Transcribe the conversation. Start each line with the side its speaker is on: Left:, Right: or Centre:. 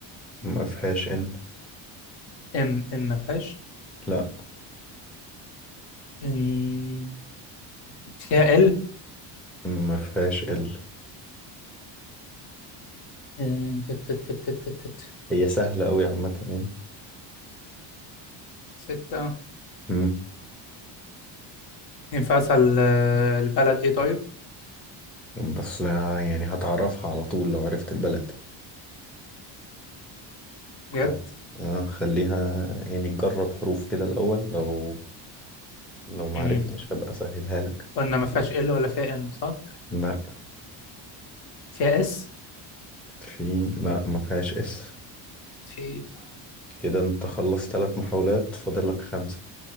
Centre: ما فيهاش إن
Left: إم إم ما فيهاش
Centre: لا
Left: إم، فيها إل
Centre: ما فيهاش ال
Left: آه، تت- تت- تت- تت- تت. تت.
Centre: هي سهلة أوي عامة يعني
Left: ستة
Centre: مم.
Left: ينفع أسأل آه، البلد إيه طيب
Centre: بس آه، يعني هتعرفها على طول لو عرفت البلد
Left: بجد؟
Centre: ف- آه خليها يعني تجرب حروف كده الأول لو لو ما
Left: مم.
Centre: عرفتش هبقى أسهلها لك
Left: قلنا ما فيهاش ال ولا فيها ام صح
Centre: ده
Left: فيها اس
Centre: في لا ما فيهاش اس
Left: في إيه ده؟
Centre: كده انت خلصت ثلاث محاولات فاضل لك خمسة